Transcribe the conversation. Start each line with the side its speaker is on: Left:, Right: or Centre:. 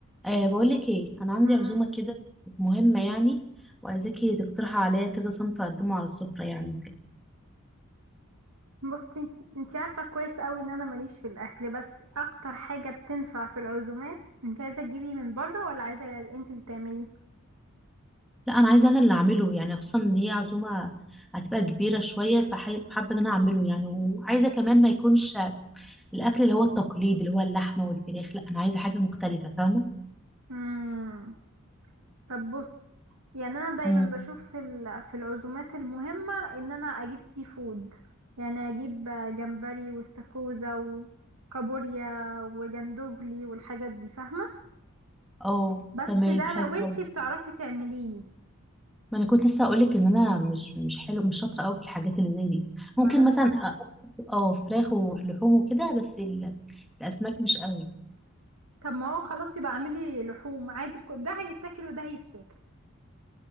Centre: أه بقولك ايه انا عندي
Right: مم.
Centre: عزومه كده مهمه يعني وعايزاكي تقترحي عليا كذا صنف اقدمه على السفره يعني وكده
Right: بصي انتي عارفة كويس قوي ان انا ماليش في الاكل بس اكتر حاجة بتنفع في العزومات انتي عايزة تجيبي من بره ولا عايزة انتي اللي تعمليه
Centre: لا انا عايزه انا اللي اعمله يعني خصوصا ان هي عزومه هتبقى كبيره شويه فحابه ان انا اعمله يعني وعايزه كمان ما يكونش الاكل اللي هو التقليد اللي هو اللحمه والفراخ لا انا عايزه حاجه مختلفه فاهمه
Right: مم. طب بصي يعني انا دايما
Centre: مم.
Right: بشوف في ال- في العزومات المهمة ان انا اجيب سي فود يعني اجيب جمبري واستاكوزا وكابوريا وجندوفلي والحاجات دي فاهمة
Centre: اه
Right: بس
Centre: تمام
Right: ده
Centre: حلو
Right: لو انتي
Centre: قوي
Right: بتعرفي تعمليه
Centre: ما انا كنت لسه هقولك ان انا مش مش حلو مش شاطره قوي في الحاجات اللي زي دي ممكن
Right: معنى
Centre: مثلا أ- اه فراخ ولحوم وكده بس ال- الاسماك مش قوي
Right: طب ما هو خلاص يبقى اعملي لحوم عادي ك- ده هيتاكل وده هيتاكل